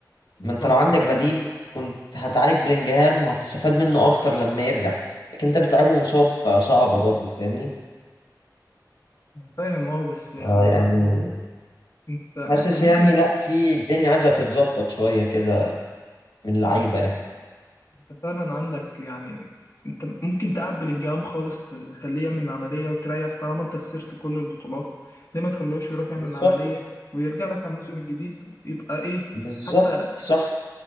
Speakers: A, on the left; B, on the left.
A: ما انت
B: فاهمك
A: لو عندك
B: ايوه
A: بديل كنت هتعالج بلينجهام وهتستفاد منه اكتر لما يرجع لكن انت بتلعبه مصاب فصعبه برضه فاهمني
B: فاهم اه بس يعني
A: آه يعني
B: انت انت
A: حاسس
B: ممكن
A: يعني لا في الدنيا عايزه تتظبط شويه كده من اللعيبه يعني
B: انت فعلا عندك يعني انت ممكن تقعد بلينجهام خالص تخليه يعمل العملية وتريح طالما انت خسرت كل البطولات ليه ما تخلوش يروح يعمل
A: بالظبط
B: العملية ويرجع لك على الموسم الجديد يبقى ايه
A: بالظبط
B: حتى
A: صح